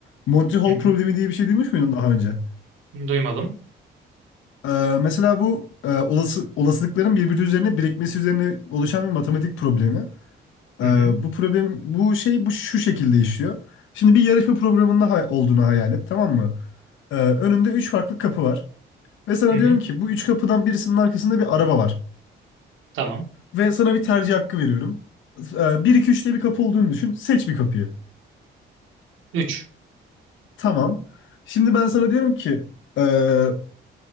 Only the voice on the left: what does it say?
Monty Hall
problemi diye bir şey duymuş muydun daha önce?
Ee, mesela bu e, olası olasılıkların birbiri üzerine birikmesi üzerine oluşan bir matematik problemi. Ee,
bu problem bu şey bu şu şekilde işliyor. Şimdi bir yarışma programında ha- olduğunu hayal et tamam mı? Ee, önünde üç farklı kapı var. Ve sana
diyorum ki bu üç kapıdan birisinin arkasında bir araba var.
Ve sana bir tercih hakkı veriyorum. Ee, 1, 2, 3 diye bir kapı olduğunu düşün. Seç bir kapıyı.
Tamam. Şimdi ben sana diyorum ki ee,